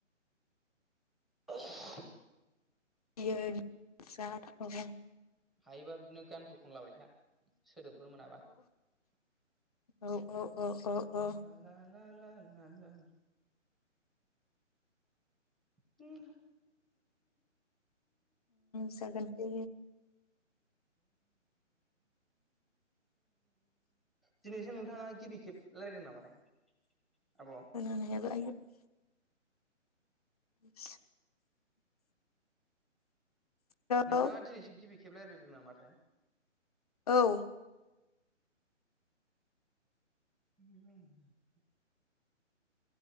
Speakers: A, in the centre; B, on the left.
A: <unintelligible>
B: <unintelligible>
A: हायोबा बिदिनो गानफोर खनलाबाय था सोदोबफोर मोनाबा।
B: औ औ औ औ औ।
A: ला ला ला ला ला <unintelligible> <inaudible> <inaudible>
B: जागोन दे
A: दिनैसो नोंथाङा गिबि खेब रायलायदों नामाथाय आब'।
B: <unintelligible> <unintelligible> हेलौ
A: नोंथाङा दिनैसो गिबि खेब रायलायदों नामाथाय।
B: औ।
A: <inaudible>